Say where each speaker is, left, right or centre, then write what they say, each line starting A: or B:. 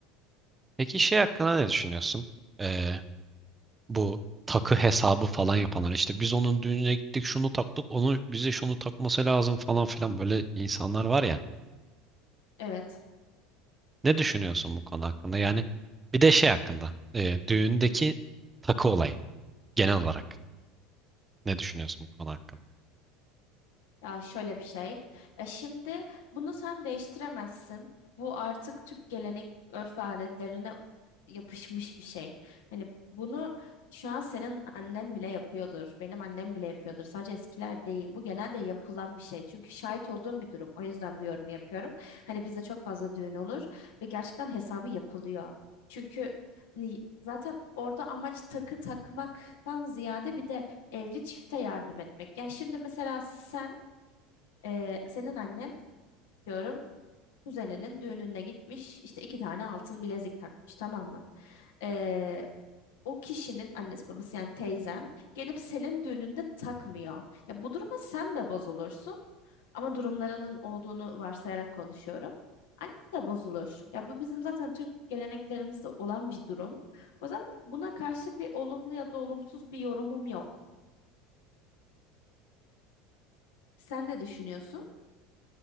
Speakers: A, on the right; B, on the left.
A: peki şey hakkında ne düşünüyorsun? Ee, bu takı hesabı falan yapanlar işte biz onun düğününe gittik şunu taktık onun bize şunu takması lazım falan filan böyle insanlar var ya.
B: Evet.
A: Ne düşünüyorsun bu konu hakkında? Yani bir de şey hakkında e, düğündeki takı olayı genel olarak ne düşünüyorsun bu konu hakkında?
B: Ya şöyle bir şey. Ya şimdi bunu sen değiştiremezsin. Bu artık Türk gelenek örf ve adetlerine yapışmış bir şey. Hani bunu şu an senin annen bile yapıyordur. Benim annem bile yapıyordur. Sadece eskiler değil. Bu genelde yapılan bir şey. Çünkü şahit olduğum bir durum. O yüzden bu yorumu yapıyorum. Hani bizde çok fazla düğün olur ve gerçekten hesabı yapılıyor. Çünkü hani zaten orada amaç takı takmaktan ziyade bir de evli çifte yardım etmek. Ya şimdi mesela sen ee, senin annen diyorum kuzeninin düğününe gitmiş işte iki tane altın bilezik takmış tamam mı? Ee, o kişinin annesi babası yani teyzen gelip senin düğününde takmıyor. Ya bu duruma sen de bozulursun ama durumlarının olduğunu varsayarak konuşuyorum. Annen de bozulur. Ya bu bizim zaten Türk geleneklerimizde olan bir durum. O yüzden buna karşı bir olumlu ya da olumsuz bir yorumum yok. Sen ne düşünüyorsun?